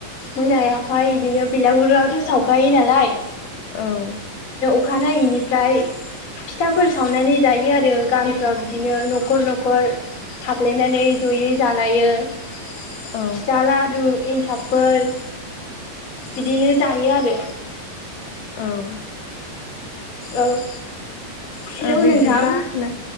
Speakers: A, on the left; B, on the left.
A: मोनायावहाय बिदिनो बिलागुरियावथ' सावखायो नालाय
B: औ।
A: अखानायै बेनिफ्राय फिथाफोर सावनानै जायो आरो गामिफ्राव बिदिनो न'खर न'खर। हाबलायनानै जयै जालायो फिथा
B: औ
A: लादु एनथाबफोर बिदिनो जायो आरो।
B: औ
A: औ। हेलौ
B: ओ बिदिब्ला
A: नोंथां
B: नो